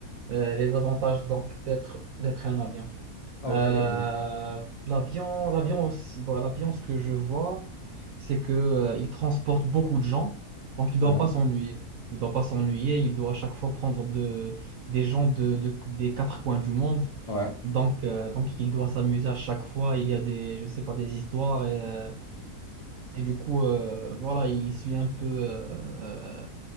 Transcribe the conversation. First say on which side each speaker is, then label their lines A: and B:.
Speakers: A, on the right; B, on the left.
A: euh, les avantages donc d'être d'être un avion.
B: Ok.
A: Euh,
B: vas-y.
A: l'avion, l'avion, aussi- bah, l'avion, ce que je vois, c'est que, euh, il transporte beaucoup de gens, donc il ne
B: Ouais.
A: doit pas s'ennuyer. Il ne doit pas s'ennuyer, il doit à chaque fois prendre de, des gens de, de- des quatre coins du monde.
B: Ouais.
A: Donc, euh, donc il doit s'amuser à chaque fois. Il y a des, je sais pas, des histoires. Et, euh, et du coup, euh, voilà, il suit un peu euh, euh,